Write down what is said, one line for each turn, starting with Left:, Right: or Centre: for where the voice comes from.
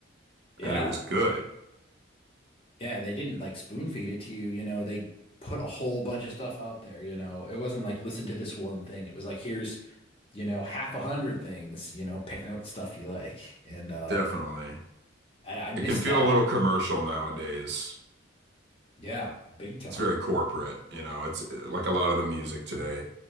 Left: Yeah.
Right: and it was good.
Left: Yeah, they didn't like spoon feed it to you, you know, they put a whole bunch of stuff out there, you know. It wasn't like listen to this one thing. It was like here's, you know, half a hundred things, you know, pick out the stuff you like. And uh
Right: Definitely.
Left: I, I missed
Right: It can feel
Left: that.
Right: a little commercial nowadays.
Left: Yeah, big time.
Right: It's very corporate, you know. It's uh, like a lot of the music today